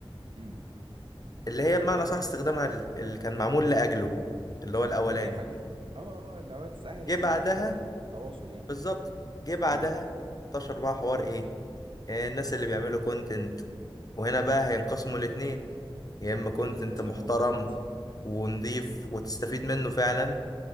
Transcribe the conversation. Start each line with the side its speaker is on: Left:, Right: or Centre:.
Right: امم
Left: اللي هي بمعنى صح استخدامها ال- اللي كان معمول لاجله اللي هو الاولاني
Right: دي حقيقة اه اه اللي هو تسهل
Left: جه
Right: الدنيا
Left: بعدها
Right: في في التواصل يعني
Left: بالظبط جه بعدها
Right: مم.
Left: انتشر بقى حوار ايه آه، الناس اللي بيعملوا كونتنت وهنا بقى هينقسموا الاتنين يا اما كونتنت
Right: كنت انت
Left: محترم
Right: مفيد
Left: ونضيف وتستفيد منه فعلا